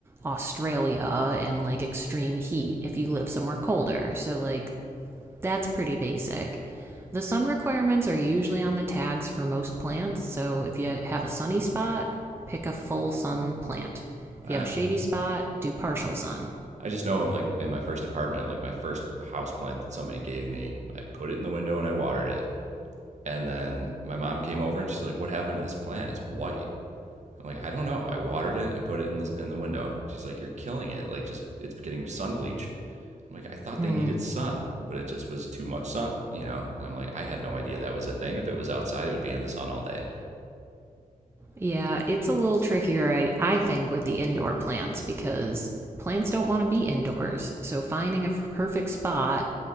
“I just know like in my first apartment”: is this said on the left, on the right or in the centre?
Right